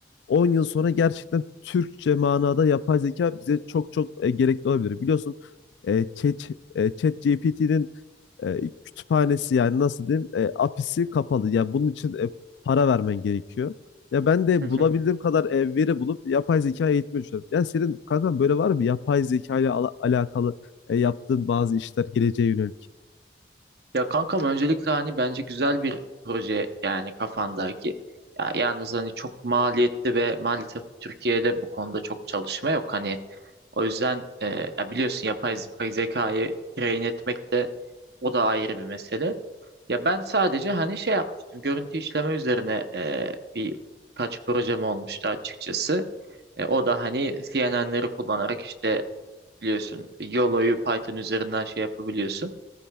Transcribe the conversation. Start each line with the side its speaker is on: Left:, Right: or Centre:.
Left: 10 yıl sonra gerçekten Türkçe manada yapay zeka bize çok çok e, gerekli olabilir. Biliyorsun e, Chat, e, e, kütüphanesi yani nasıl diyeyim e, apisi kapalı. Ya bunun için e, para vermen gerekiyor. Ya ben de
Right: hı hı.
Left: bulabildiğim kadar e, veri bulup yapay zeka eğitmeyi düşünüyorum. Ya senin kankam böyle var mı? Yapay zeka ile ala- alakalı e, yaptığın bazı işler geleceğe yönelik.
Right: Ya kankam öncelikle hani bence güzel bir proje yani kafandaki. Ya yalnız hani çok maliyetli ve maalesef Türkiye'de bu konuda çok çalışma yok. Hani o yüzden e, ya biliyorsun yapay zeka- zekayı train etmek de o da ayrı bir mesele. Ya ben sadece hani şey yapmıştım görüntü işleme üzerine e, bir kaç projem olmuştu açıkçası. E, o da hani CNN'leri kullanarak işte biliyorsun YOLO'yu Python üzerinden şey yapabiliyorsun.